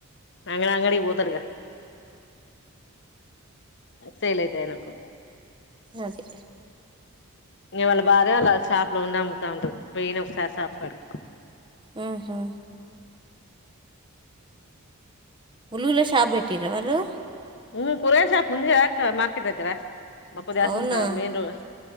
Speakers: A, on the left (about 55°); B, on the right (about 20°).
A: అంగడి అంగడికి పోతాడుగా సైల్ అయితే ఆయనకు
B: అది
A: ఇగా వాళ్ళ భార్య వాళ్ళ షాపు లో ఉండి అమ్ముతా ఉంటది పోయిన ఒకసారి షాప్ కాడికి
B: ఉహు ఉలువుల షాప్ బెట్టిరా వాళ్ళు
A: ఉ కూరగాయల షాప్ ఉంది గా అక్క మార్కెట్ దగ్గర మకు ధ్యాస్
B: అవునా
A: ఉంట మెన్ రోడ్